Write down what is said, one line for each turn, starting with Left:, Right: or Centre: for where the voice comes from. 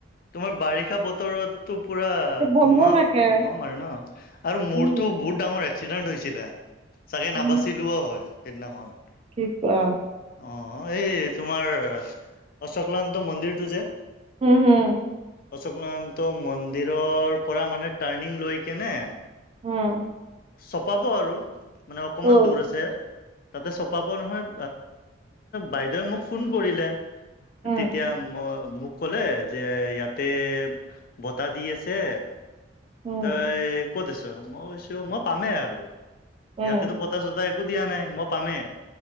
Left: তোমাৰ বাৰিষ ষা বতৰতটো পুৰা
Right: বন্ধ
Left: ধুমা
Right: থাকে
Left: ধুমাম আৰু ন আৰু মূৰটো
Right: উম
Left: বহুত ডাঙৰ আছে এক্সিডেণ্ট হৈছিলে, চাগে
Right: উম
Left: নাবাচিলোঁও হয় সেইদিনাখন।
Right: কি কোৱা
Left: অ এই তোমাৰ অশ্ৰকলান্তা মন্দিৰটো যে
Right: হম হম
Left: অশ্ৰ ক্লান্তা মন্দিৰৰ পৰা মানে টাৰ্ণিং লৈ কিনে
Right: উম
Left: চপাব আৰু মানে অকমান
Right: অ
Left: দূৰ আছে তাতে চপাব নহয়। বাইদেৱে মোক ফোন কৰিলে,
Right: উম
Left: তেতিয়া মই মোক কলে যে ইয়াতে বতাহ দি আছে
Right: উম
Left: তই কত আছ মই কৈছো মই পামেই আৰু
Right: উম
Left: ইয়াতেতো বতাহ চতাই একো দিয়া নাই মই পামেই